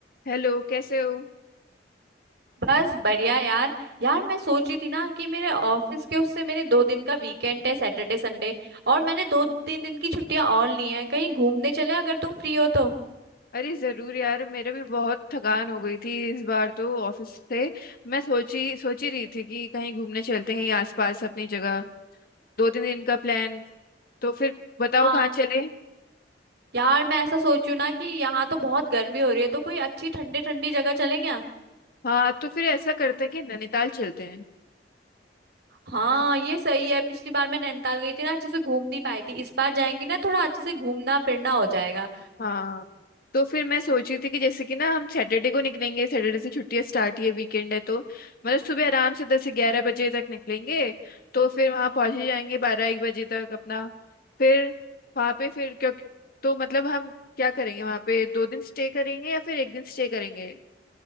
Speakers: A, on the left; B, on the right.
A: Hello कैसे हो
B: बस बढ़िया यार यार मैं सोच रही थी ना कि मेरे ऑफिस के उससे मेरे दो दिन का वीकेंड है सैटरडे संडे और मैंने दो तीन दिन की छुट्टियां और ली हैं कहीं घूमने चले अगर तुम फ्री हो तो
A: अरे जरूर यार मेरे भी बहुत थकान हो गई थी इस बार तो ऑफिस से मैं सोची सोच ही रही थी कि कहीं घूमने चलते हैं कहीं आसपास अपनी जगह दो तीन दिन का प्लान तो फिर बताओ
B: हाँ
A: कहाँ चले
B: यार मैं ऐसा सोच रही हूँ ना कि यहाँ तो बहुत गर्मी हो रही है तो कोई अच्छी ठंडी ठंडी जगह चले क्या
A: हाँ तो फिर ऐसा करते हैं कि नैनीताल चलते हैं
B: हाँ ये सही है पिछली बार मैं नैनीताल गई थी ना अच्छे से घूम नहीं पाई थी इस बार जाएंगे ना थोड़ा अच्छे से घूमना फिरना हो जाएगा
A: हाँ तो फिर मैं सोच रही थी कि जैसे कि ना हम सैटरडे को निकलेंगे सैटरडे से छुट्टियां स्टार्ट ही है वीकेंड है तो मतलब सुबह आराम से दस से ग्यारह बजे तक निकलेंगे तो फिर वहाँ पहुँच ही जाएंगे बारह एक बजे तक अपना फिर वहाँ पे फिर क्यों तो मतलब हम क्या करेंगे वहाँ पे दो दिन स्टे करेंगे या फिर एक दिन स्टे करेंगे